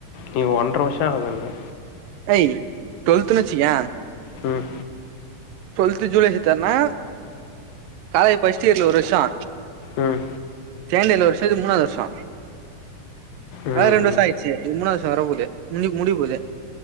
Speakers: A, on the left (about 85°); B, on the right (about 90°).
A: நீ ஒன்றரை வருஷோ ஆகுதுன
B: ஏய் டுவல்த்துனு வெச்சுக்கேயே
A: ம்
B: டுவெல்த் ஜூலை செத்தாருனா காலேஜ் ஃபர்ஸ்ட் இயர்ல ஒரு வருஷோ
A: ம்
B: செக்கேண்டு இயர்ல ஒரு வருஷோ இது மூணாவது வருஷோ
A: ம்
B: அதா ரெண்டு வருஷோ
A: ம்
B: ஆயிச்சே மூணாவது வருஷோ வர போது இன்னிக்கு முடிய போது